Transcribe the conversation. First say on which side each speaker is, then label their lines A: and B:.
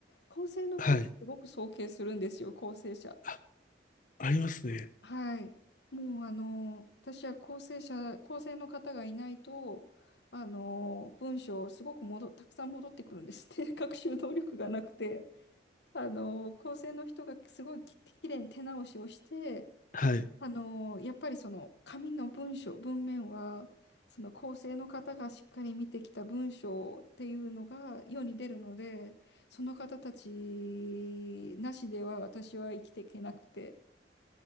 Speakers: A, on the left; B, on the left.
A: 構成の人ってすごく尊敬するんですよ、
B: はい。
A: 構成者。
B: あ、ありますね。
A: はい。もうあの、私は構成者、構成の方がいないと、あの、文章すごく戻たくさん戻ってくるんですね。<laughs> 学習能力がなくて。あの、構成の人がすごいき、きれいに手直しをして、
B: はい。
A: あの、やっぱりその紙の文章、文面は、その構成の方がしっかり見てきた文章っていうのが世に出るので、その方たちなしでは私は生きていけなくて、